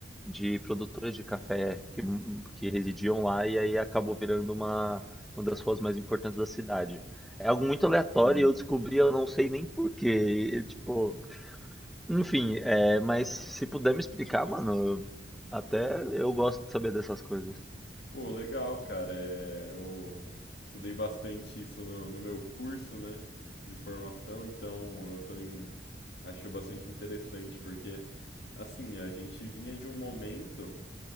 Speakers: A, in the centre; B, on the left.
A: de produtores de café que, que residiam lá e aí acabou virando uma, uma das ruas mais importantes da cidade. É algo muito aleatório e eu descobri, eu não sei nem porquê, Tipo, enfim, é, mas se puder me explicar, mano, até eu gosto de saber dessas coisas.
B: Pô, legal, cara. É, eu estudei bastante isso no, no meu curso, né, de formação, então eu também acho bastante interessante, porque, assim, a gente vinha de um momento